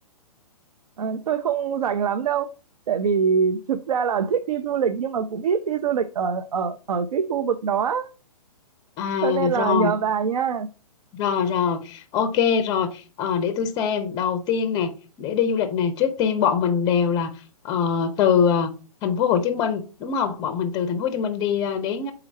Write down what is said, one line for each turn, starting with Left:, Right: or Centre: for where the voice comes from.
Right: Ờ, tôi không rành lắm đâu tại vì thực ra là thích đi du lịch nhưng mà cũng ít đi du lịch ở ở ở cái khu vực đó á.
Left: À
Right: cho nên là
Left: rồi.
Right: nhờ bà nha
Left: Rồi rồi, ok rồi. Ờ, để tôi xem. Đầu tiên nè, để đi du lịch nè, trước tiên bọn mình đều là ờ, từ ờ, thành phố Hồ Chí Minh đúng không? Bọn mình từ thành phố Hồ Chí Minh đi ờ, đến